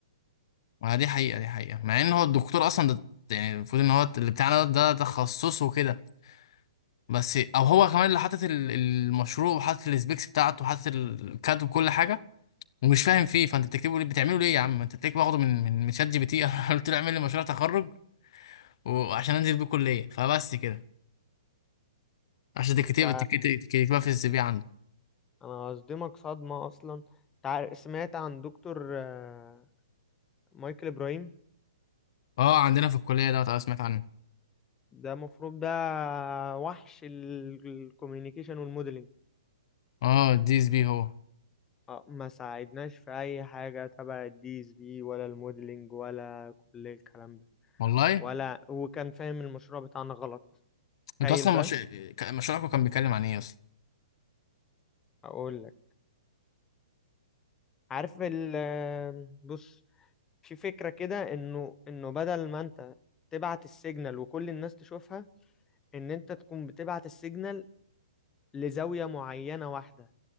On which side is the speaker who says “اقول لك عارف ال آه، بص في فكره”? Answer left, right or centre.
Left